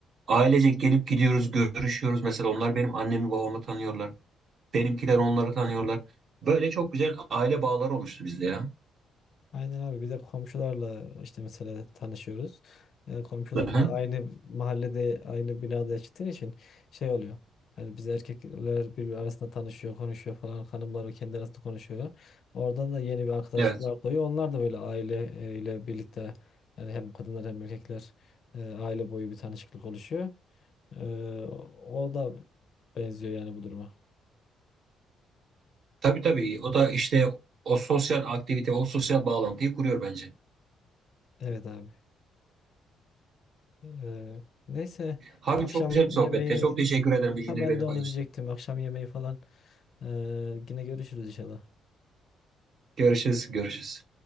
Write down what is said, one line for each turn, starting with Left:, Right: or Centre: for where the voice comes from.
Right: Ailecek gelip gidiyoruz, görüşüyoruz. Mesela onlar benim annemi babamı tanıyorlar. Benimkiler onları tanıyorlar. Böyle çok güzel aile bağları oluştu bizde ya.
Left: Aynen abi bir de komşularla işte mesela tanışıyoruz. Ee, komşular
Right: Hı hı.
Left: da aynı mahallede aynı binada yaşadığın için şey oluyor. Hani biz erkekler birbiri arasında tanışıyor, konuşuyor falan. Hanımlar kendi arasında konuşuyor. Oradan da yeni bir arkadaşlıklar
Right: Evet.
Left: doğuyor. Onlar da böyle aile e, ile birlikte yani hem kadınlar hem erkekler e, aile boyu bir tanışıklık oluşuyor. Ee, o o da benziyor yani bu duruma.
Right: Tabii tabii. O da işte o sosyal aktivite, o sosyal bağlantıyı kuruyor bence.
Left: Evet abi. Ee, neyse
Right: Abi
Left: akşam
Right: çok güzel bir sohbetti.
Left: yemeği
Right: Çok teşekkür ederim bilgileri
Left: ha ben
Right: benimle
Left: de onu
Right: paylaştın.
Left: diyecektim. Akşam yemeği falan ee, yine görüşürüz inşallah.
Right: Görüşürüz, görüşürüz.